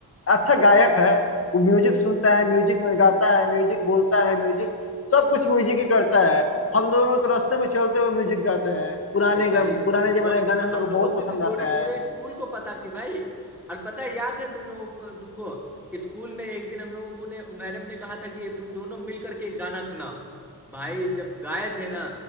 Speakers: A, on the left; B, in the centre.
A: अच्छा गायक है वो म्यूजिक सुनता है म्यूजिक में गाता है म्यूजिक बोलता है म्यूजिक सब कुछ म्यूजिक ही करता है हम दोनों तो रास्ते में चलते हुए म्यूजिक गाते हैं पुराने
B: अरे भाई
A: गा- पुराने जमाने
B: वो तो
A: के गाने हम
B: हम
A: लोग को
B: लोगों
A: बहुत
B: की
A: पसंद
B: तो जोड़ी
A: आते हैं
B: पूरे स्कूल को पता थी भाई और पता है याद है तुम लोगों को तुमको स्कूल में एक दिन हम लोगों को ने मैडम ने कहा था कि तुम दोनों मिलकर के एक गाना सुनाओ भाई जब गाए थे ना